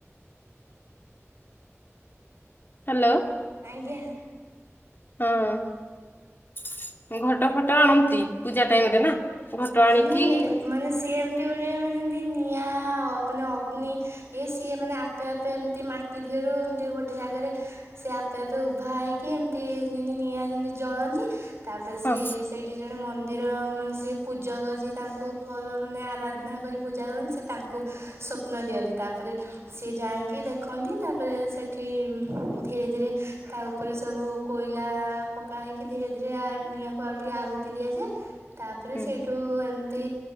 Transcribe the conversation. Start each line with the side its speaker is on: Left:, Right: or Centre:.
Left: ହ୍ୟାଲୋ
Right: ଆଂଜ୍ଞା।
Left: ହଁ ଘଟ ଫଟ ଆଣନ୍ତି ପୂଜା ଟାଇମ ରେ ନା ଘଟ ଆଣିକି
Right: ନାଇଁ ମାନେ ସିଏ ଏମତି ଗୋଟେ ମାନେ ନିଆଁ ମାନେ ଅଗ୍ନି ଏ ସିଏ ମାନେ ଆପେ ଆପେ ଏମତି ମାଟି ଧିଅରୁ ଏମିତି ଗୋଟେ ଜାଗାରେ ସିଏ ଆପେ ଆପେ ଉଭା ହେଇକି ଏମତି ନିଆଁ ଯେମିତି ଜଳନ୍ତି। ତାପରେ
Left: ହଁ
Right: ସେଇ ସେଇଠି ଜଣେ ମନ୍ଦିର ମାନେ ସେ ପୂଜକ ଯିଏ ତାଙ୍କୁ ଭଲ ମାନେ ଆରାଧନା କରି ପୂଜା କରନ୍ତି। ସେ ତାଙ୍କୁ ସ୍ୱପ୍ନ ଦିଅନ୍ତି ତାପ ସିଏ ଯାଇକି ଦେଖନ୍ତି। ତାପରେ ସେଠି ଧୀରେ ଧୀରେ ତା ଉପରେ ସବୁ କୋଇଲା ପକା ହେଇକି ଧୀରେ ଧୀରେ ନିଆଁ କୁ ଆଉଟିକେ ଆହୂତି ଦିଆଯାଏ। ତାପରେ
Left: ହୁଁ
Right: ସେଇଠୁ ଏମିତି